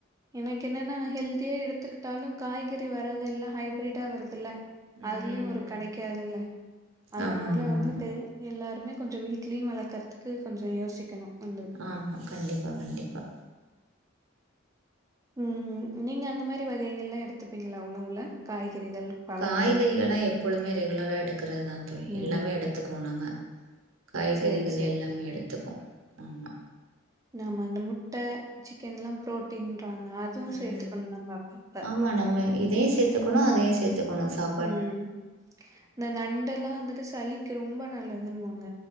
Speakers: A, on the right; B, on the right.
A: எனக்கென்னன்னா ஹெல்தியா எடுத்துக்கிட்டாலு காய்கறி வரது எல்லா ஹைப்ரிடா வரதுல்ல
B: ம்
A: அதுலயு ஒரு கெடைக்காதுல்ல அதனால
B: ஆமா ஆமா
A: வந்துட்டு
B: ஆமா
A: எல்லாருமே கொஞ்ச வீட்லயு வளக்கறதுக்கு கொஞ்ச யோசிக்கணு வந்து
B: ஆமா கண்டிப்பா கண்டிப்பா
A: ம் நீங்க அந்த மாரி வகைகள்லா எடுத்துப்பீங்ளா உணவுல காய்கறிகள் பழங்கள்
B: காய்கறிகள்லா எப்பொழுமே ரெகுலரா எடுக்குறதுதா தோழி எல்லாமே
A: ம்
B: எடுத்துக்குவோ நாங்க காய்கறிகள்
A: சேரி சேரி.
B: எல்லாமே எடுத்துப்போ ஆமா
A: நாம அந்த முட்ட சிக்கன்லா ப்ரோட்டீன்றாங்க அதுவு
B: ம்
A: சேத்துக்கணு நம்ம அப்பப்ப
B: ஆமா நம்ம இதையு சேத்துக்கணு அதையு சேத் துக்கணு சாப்
A: ம் இந்த நண்டெல்லா வந்துட்டு சளி ரொம்ப நல்லதுன்வாங்க